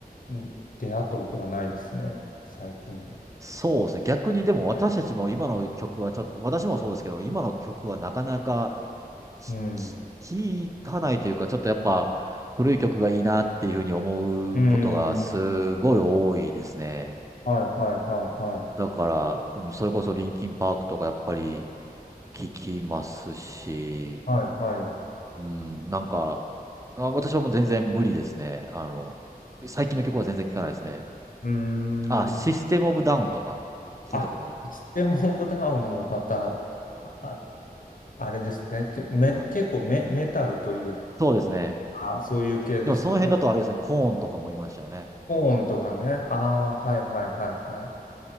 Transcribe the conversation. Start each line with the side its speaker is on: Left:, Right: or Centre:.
Left: に出会ったことがないですね、最近。
Right: そうですね。逆にでも私たちも今の曲はちょっと、私もそうですけど、今の曲はなかなかき
Left: うん。
Right: き聞かないというか、ちょっとやっぱ古い曲がいいなっていうふうに思うことがすごい多いですね。
Left: うん。はいはいはいはい。
Right: だから、うん、それこそリンキンパークとかやっぱり聞きますし、
Left: はい、はい。う
Right: うん、なんか、あ、私はもう全然無理ですね。あの、最近の曲は全然聞かないですね。
Left: ーん。
Right: あ、システムオブダウンとか聞いたことある。
Left: あ、いつでブダウンもまた、あ、ああれですね。け、め、
Right: うん、
Left: 結構メ、メタルという
Right: そうですね。
Left: か、そういう系ですよね。
Right: でもその辺だとあれですね、コーンとかもいましたよね。
Left: コーンとかね。ああ、はいはいはいはい。